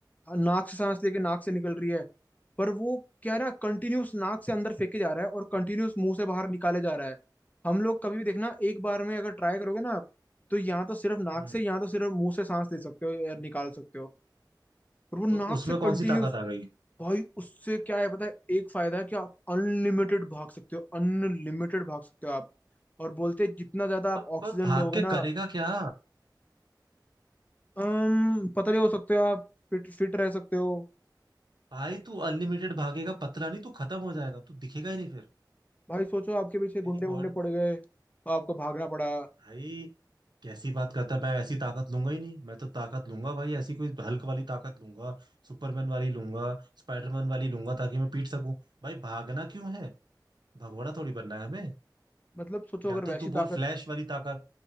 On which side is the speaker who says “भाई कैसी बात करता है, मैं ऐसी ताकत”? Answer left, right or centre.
Right